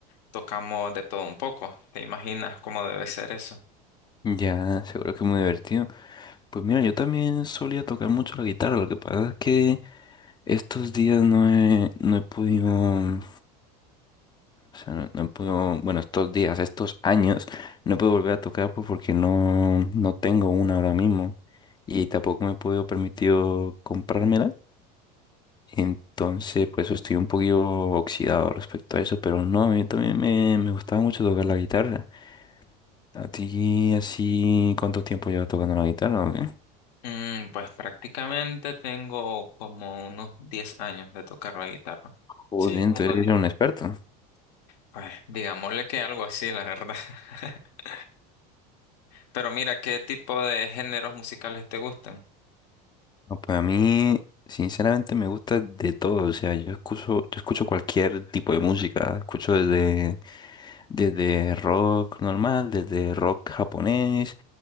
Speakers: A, on the left (about 80°); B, on the left (about 20°).
A: tocamos de todo un poco. ¿Te imaginas cómo debe ser eso?
B: Ya, seguro que es muy divertido. Pues mira, yo también solía tocar mucho la guitarra, lo que pasa es que estos días no he, no he podido, o sea, no, no he podido, bueno, estos días, estos años, no he podido volver a tocar pues, porque no, no tengo una ahora mismo y tampoco me he podido permitir comprármela. Entonces, pues estoy un poquito oxidado respecto a eso, pero no, a mí también me, me gustaba mucho tocar la guitarra. ¿A ti así cuánto tiempo llevas tocando la guitarra o qué?
A: Mm, pues prácticamente tengo como unos 10 años de tocar la guitarra.
B: Joder,
A: Sí,
B: entonces
A: unos
B: eres
A: 10
B: un
A: años.
B: experto.
A: Pues digámosle que algo así, la verdad. <laughs> Pero mira, ¿qué tipo de géneros musicales te gustan?
B: No, pues a mí, sinceramente, me gusta de todo. O sea, yo escucho, yo escucho cualquier tipo de música. Escucho desde Desde rock normal, desde rock japonés,